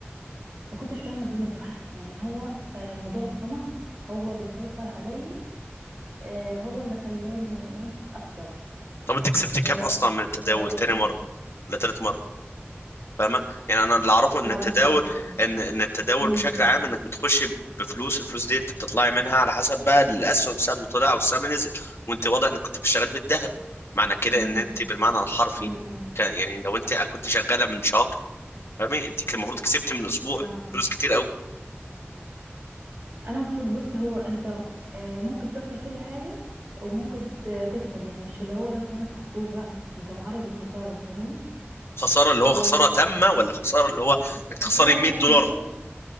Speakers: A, on the right; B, on the left.
A: ما كنتش فاهمه الدنيا صح يعني هو آه، موضوع الطمع هو اللي سيطر عليا آه، هو اللي خلاني ايه اخسر
B: طب انت كسبت كام
A: اه
B: اصلا من التداول
A: آه،
B: تاني مره ولا تالت مره فاهمه يعني انا اللي اعرفه ان
A: اه
B: التداول
A: بص بقى انا هقول
B: ان ان التداول
A: امم
B: بشكل عام انك بتخشي بفلوس الفلوس دي انت بتطلعي منها على حسب بقى الاسهم سهم طلع او السهم نزل وانت واضح انك كنت بتشتغلي في الذهب معنى كده
A: امم
B: ان انت بالمعنى الحرفي
A: امم
B: ك- يعني لو انت كنت شغاله من شهر فاهمه انت كان المفروض كسبت من اسبوع
A: اه
B: فلوس كتير
A: انا المفروض بص هو انت آه، ممكن تخسر كل حاجه وممكن ت- تكسب يعني مش اللي هو راس مالك محفوظ لا انت معرض للخساره فاهمني
B: خساره اللي هو
A: آه،
B: خساره تامه ولا خساره اللي هو
A: خس-
B: انك تخسري
A: خساره
B: 100
A: تامه
B: دولار
A: صفر